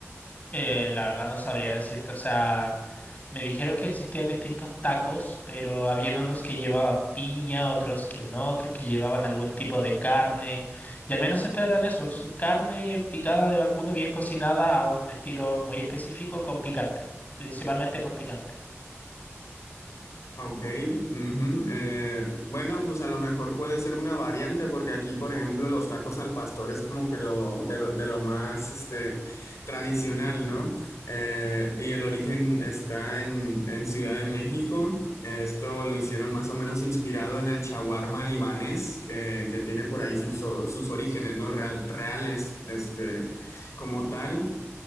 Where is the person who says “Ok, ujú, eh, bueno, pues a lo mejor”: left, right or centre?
Left